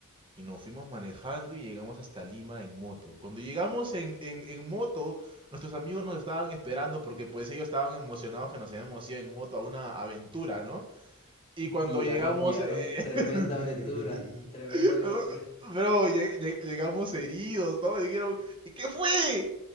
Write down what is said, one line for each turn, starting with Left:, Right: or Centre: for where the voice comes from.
Right: Y nos fuimos manejando y llegamos hasta Lima en moto. Cuando llegamos en, en, en moto, nuestros amigos nos estaban esperando porque pues ellos estaban emocionados que nos habíamos ido en moto a una aventura, ¿no? Y
Left: <laughs>
Right: cuando
Left: Y llegaron,
Right: llegamos...
Left: llegaron,
Right: eh,
Left: tremenda
Right: <laughs>
Left: aventura, tremenda aventura.
Right: Pero, Bro, lleg- lleg- llegamos heridos, todos dijeron, "¿Y qué fue?